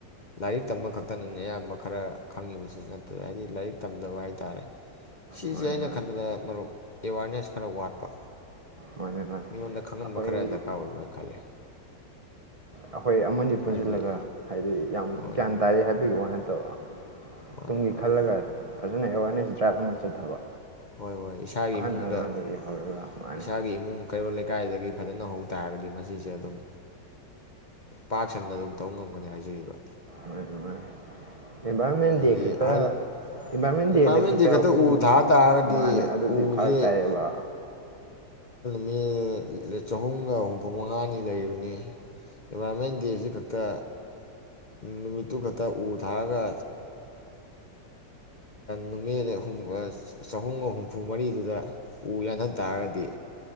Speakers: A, on the left (about 35°); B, on the right (about 55°).
A: ꯂꯥꯏꯔꯤꯛ ꯇꯝꯕ ꯈꯛꯇꯅꯤꯅꯦ ꯑꯌꯥꯝꯕ ꯈꯔ ꯈꯪꯉꯤꯕꯁꯤ ꯅꯠꯇꯗ ꯍꯥꯏꯗꯤ ꯂꯥꯏꯔꯤꯛ ꯇꯝꯗꯕ ꯍꯥꯏ ꯇꯥꯔꯦ ꯁꯤꯁꯦ
B: ꯃꯥꯅꯦ
A: ꯑꯩꯅ
B: ꯃꯥꯅꯦ
A: ꯈꯟꯕꯗ ꯃꯔꯨꯞ ꯑꯦꯋꯥꯔꯅꯦꯁ ꯈꯔ ꯋꯥꯠꯄ
B: ꯃꯥꯅꯦ ꯃꯥꯅꯦ
A: ꯃꯤꯉꯣꯟꯗ ꯈꯪꯍꯟꯕ
B: ꯑꯩꯈꯣꯏ
A: ꯈꯔ ꯗꯔꯀꯥꯔ ꯑꯣꯏꯕꯣꯏꯅ ꯈꯜꯂꯦ
B: ꯑꯩꯈꯣꯏ ꯑꯃꯗꯤ ꯄꯨꯟꯁꯤꯜꯂꯒ
A: ꯍꯥꯏꯗꯤ
B: ꯍꯥꯏꯗꯤ ꯌꯥꯝ
A: ꯍꯣꯏ
B: ꯒ꯭ꯌꯥꯟ
A: ꯍꯣꯏ
B: ꯇꯥꯔꯦ ꯍꯥꯏꯕꯒꯤ ꯋꯥ ꯅꯠꯇꯕ
A: ꯃꯥꯅꯤ
B: ꯇꯨꯡꯒꯤ
A: ꯃꯥꯅꯤ
B: ꯈꯜꯂꯒ ꯐꯖꯅ ꯑꯦꯋꯥꯔꯅꯦꯁ ꯗ꯭ꯔꯥꯏꯕ ꯑꯃ ꯆꯠꯊꯕ
A: ꯍꯣꯏ ꯍꯣꯏ ꯏꯁꯥꯒꯤ
B: ꯑꯍꯟ
A: ꯏꯃꯨꯡꯗ
B: ꯑꯉꯥꯡꯗꯒꯤ ꯍꯧꯔꯛꯒ ꯃꯥꯅ
A: ꯏꯁꯥꯒꯤ ꯏꯃꯨꯡ ꯀꯩꯔꯣꯜ ꯂꯩꯀꯥꯏꯗꯒꯤ ꯐꯖꯅ ꯍ ꯇꯥꯔꯒꯗꯤ ꯃꯁꯤꯁꯦ ꯑꯗꯨꯝ ꯄꯥꯛꯁꯟꯅ ꯑꯗꯨꯝ ꯇꯧꯕ ꯉꯝꯒꯅꯤ ꯍꯥꯏꯖꯔꯤꯕ
B: ꯃꯥꯅꯦ ꯃꯥꯅꯦ ꯏꯟꯚꯥꯏꯔꯣꯟꯃꯦꯟ
A: ꯍꯥꯏꯗꯤ
B: ꯗꯦ ꯈꯛꯇ
A: ꯑꯍꯜ
B: ꯏꯟꯚꯥꯏꯔꯣꯟꯃꯦꯟ
A: ꯏꯟꯚꯥꯏꯔꯣꯟꯃꯦꯟꯗꯤ
B: ꯗꯦꯗ ꯈꯛꯇ ꯎ
A: ꯊꯥ ꯇꯥꯔꯒꯗꯤ
B: ꯃꯥꯅꯦ ꯑꯗꯨꯗꯤ
A: ꯎꯁꯦ
B: ꯐꯔꯛ ꯇꯥꯏꯌꯦꯕ
A: ꯃꯤ ꯆꯍꯨꯝꯒ ꯍꯨꯝꯐꯨ ꯃꯉꯥꯅꯤ ꯂꯩꯔꯤꯕꯅꯤ ꯏꯟꯚꯥꯏꯔꯣꯟꯃꯦꯟ ꯗꯦꯁꯤ ꯈꯛꯇ ꯅꯨꯃꯤꯠꯇꯨ ꯈꯛꯇ ꯎ ꯊꯥꯔꯒ ꯅꯨ <unintelligible> ꯆꯍꯨꯝꯒ ꯍꯨꯝꯐꯨ ꯃꯔꯤꯗꯨꯗ ꯎ ꯌꯥꯟꯊꯟ ꯇꯥꯔꯒꯗꯤ